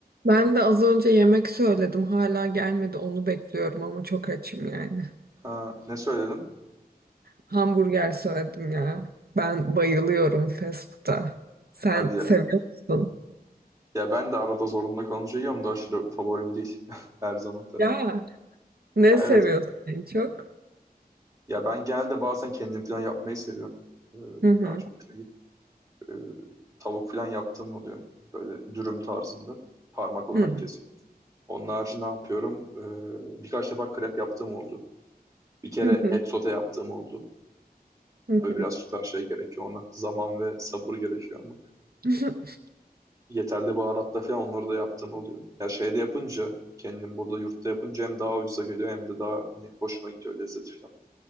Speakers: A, on the right; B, on the right.
A: Ben de az önce yemek söyledim. Hala gelmedi. Onu bekliyorum ama çok açım yani.
B: Ha, ne söyledin?
A: Hamburger söyledim ya. Ben bayılıyorum fast food'a. Sen
B: Hadi ya.
A: seviyor musun?
B: Ya ben de arada zorunda kalınca yiyorum da aşırı favorim değil. <laughs> Her zaman tabii.
A: Ya ne
B: Ya
A: seviyorsun
B: evet.
A: en çok?
B: Ya ben genelde bazen kendim falan yapmayı seviyorum. Ee,
A: Hı hı.
B: daha çok şeyi. ee, tavuk falan yaptığım oluyor. Böyle dürüm tarzında. Parmak olarak
A: Hı
B: kesip. Onun harici ne yapıyorum? Ee, birkaç defa krep yaptığım oldu. Bir kere
A: hı.
B: et sote yaptığım oldu.
A: Hı hı.
B: Tabii biraz şu tarz şey gerekiyor ona. Zaman ve sabır gerekiyor ama.
A: <laughs>
B: yeterli baharatla falan onları da yaptığım oluyor. Ya şeyde yapınca kendim burada yurtta yapınca hem daha ucuza geliyor hem de daha hani, hoşuma gidiyor lezzeti falan.